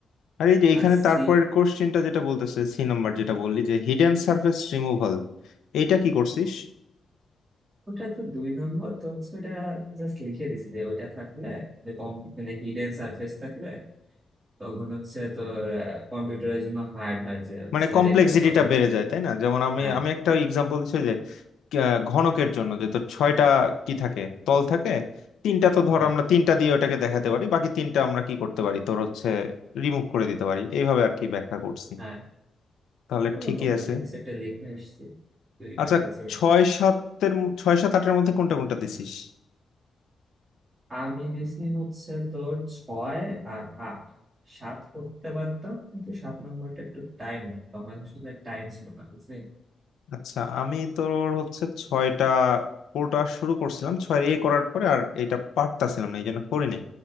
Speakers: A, on the left; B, on the right.
A: আর এই যে এইখানে
B: আর
A: তারপরের
B: সি
A: কোশ্চেনটা যেটা বলতেছে সি নাম্বার যেটা বললি যে হিডেন সারফেস রিমুভাল এইটা কি করছিস
B: ওটা তো দুই নম্বর তো হচ্ছে ওটা জাস্ট লিখে দিছি যে ওইটা থাকলে কম মানে হিডেন সারফেস থাকলে তখন হচ্ছে তোর কম্পিউটারের জন্য হার্ড হয় যে হচ্ছে
A: মানে কমপ্লেক্সিটিটা
B: রেন্ডার করা
A: বেড়ে যায় তাই না যেমন আমি
B: হ্যাঁ
A: আমি একটা এক্সাম্পল দিচ্ছি আহ, ঘনকের জন্য যে তো ছয়টা কি থাকে তল থাকে তিনটা তো ধর
B: হ্যাঁ
A: আমরা তিনটা দিয়ে ওটাকে দেখাতে পারি বাকি তিনটা আমরা কি করতে পারি তোর হচ্ছে রিমুভ করে দিতে পারি এইভাবে আর কি ব্যাখ্যা করছি
B: হ্যাঁ
A: তাহলে
B: ওইরকম
A: ঠিকই আছে
B: মানে কিছু একটা লিখে আসছি দুই
A: আচ্ছা
B: মার্কের যে
A: ছয় সাতের ম- ছয় সাত আটের মধ্যে কোনটা কোনটা দিছিস
B: আমি নিছি হচ্ছে তোর ছয় আর আট সাত করতে পারতাম কিন্তু সাত নম্বরটা একটু টাইম লাগতো আমার আসলে টাইম ছিল না বুঝলি
A: আচ্ছা আমি তোর হচ্ছে ছয়টা কোটা শুরু করছিলাম ছয়ের এ করার পরে আর এটা পারতাছিলাম না এই জন্য করি নাই